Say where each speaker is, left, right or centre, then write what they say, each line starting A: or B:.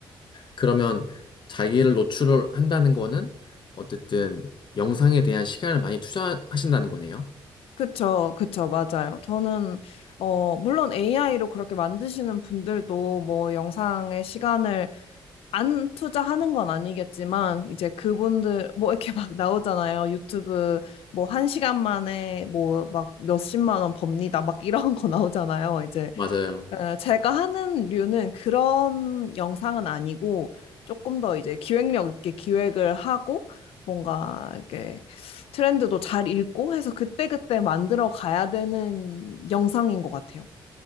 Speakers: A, on the left (about 55°); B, on the left (about 80°).
A: 그러면 자기를 노출을 한다는 거는 어쨌든 영상에 대한 시간을 많이 투자하신다는 거네요.
B: 그쵸, 그쵸, 맞아요. 저는, 어, 물론 AI로 그렇게 만드시는 분들도 뭐 영상의 시간을 안 투자하는 건 아니겠지만, 이제 그분들, 뭐 이렇게 막 나오잖아요. 유튜브 뭐 한 시간 만에 뭐 막 몇십만 원 법니다. 막 이런 거 나오잖아요. 이제
A: 맞아요.
B: 어, 제가 하는 류는 그런 영상은 아니고, 조금 더 이제 기획력 있게 기획을 하고, 뭔가 이렇게 트렌드도 잘 읽고 해서 그때그때 만들어 가야 되는 영상인 것 같아요.